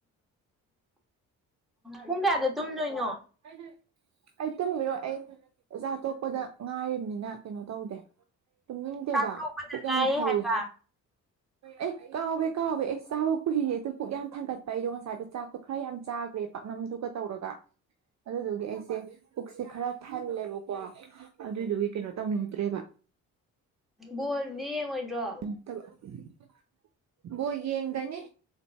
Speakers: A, in the centre; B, on the right.
A: ꯄꯨꯡ ꯀꯌꯥꯗ ꯇꯨꯝꯗꯣꯏꯅꯣ
B: ꯀꯥꯏꯗꯦ ꯑꯩ ꯇꯨꯝꯒꯤꯔꯣꯏ ꯑꯩ ꯆꯛꯆꯥ ꯇꯣꯛꯄꯗ ꯉꯥꯏꯔꯤꯝꯅꯤꯅ ꯀꯩꯅꯣ ꯇꯧꯗꯦ ꯇꯨꯝꯅꯤꯡꯗꯦꯕ
A: ꯆꯥꯛ ꯇꯣꯛꯄꯗ
B: ꯄꯨꯛ
A: ꯉꯥꯏꯔꯤ
B: ꯌꯥꯝ ꯊꯜꯂꯦ
A: ꯍꯥꯏꯕ
B: ꯑꯦ ꯀꯥꯎꯋꯦ ꯀꯥꯎꯋꯦ ꯑꯩ ꯆꯥꯕ ꯀꯨꯏꯔꯦ ꯑꯗꯨ ꯄꯨꯛ ꯌꯥꯝ ꯊꯪꯒꯠꯄ ꯑꯩꯗꯣ ꯉꯁꯥꯏꯗꯣ ꯆꯥꯛꯇꯣ ꯈꯔ ꯌꯥꯝ ꯆꯥꯒ꯭ꯔꯦ ꯄꯥꯛꯅꯝꯗꯨꯒ ꯇꯧꯔꯒ ꯑꯗꯨꯗꯨꯒꯤ ꯑꯩꯁꯦ ꯄꯨꯛꯁꯦ ꯈꯔ ꯊꯜꯂꯦꯕꯀꯣ ꯑꯗꯨꯏꯗꯨꯒꯤ ꯀꯩꯅꯣ ꯇꯧꯅꯤꯡꯗ꯭ꯔꯦꯕ
A: ꯕꯣꯜꯗꯤ ꯌꯦꯡꯉꯣꯏꯗ꯭ꯔꯣ
B: <unintelligible> ꯕꯣꯏ ꯌꯦꯡꯒꯅꯤ